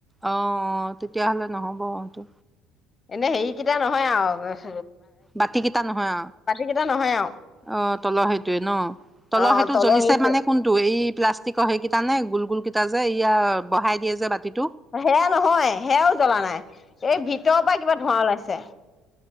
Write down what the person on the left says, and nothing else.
এনে হেৰিকেইটা নহয় আও
কেইটা নহয় আৰু
অ
হেৰিটোৱে
সেয়া নহয় সেয়াও জ্বলা নাই। এই ভিতৰৰ পৰা কিবা ধোঁৱা ওলাইছে।